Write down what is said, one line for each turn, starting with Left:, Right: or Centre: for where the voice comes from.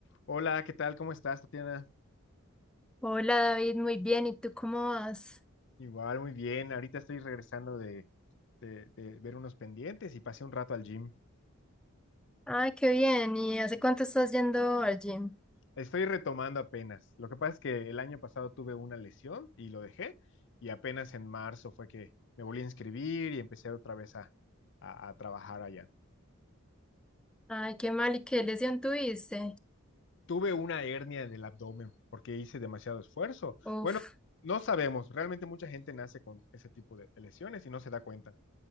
Left: Hola, ¿qué tal? ¿Cómo estás, Tatiana?
Centre: Hola David, muy bien. ¿Y tú cómo vas?
Left: Igual, muy bien. Ahorita estoy regresando de, de- de ver unos pendientes y pasé un rato al gym.
Centre: Ay, qué bien. ¿Y hace cuánto estás yendo al gym?
Left: Estoy retomando apenas. Lo que pasa es que el año pasado tuve una lesión y lo dejé y apenas en marzo fue que me volví a inscribir y empecé otra vez a, a- a trabajar allá.
Centre: Ay, qué mal. ¿Y qué lesión tuviste?
Left: Tuve una hernia en el abdomen porque hice demasiado esfuerzo.
Centre: Uf,
Left: Bueno, no sabemos. Realmente mucha gente nace con ese tipo de de lesiones y no se da cuenta.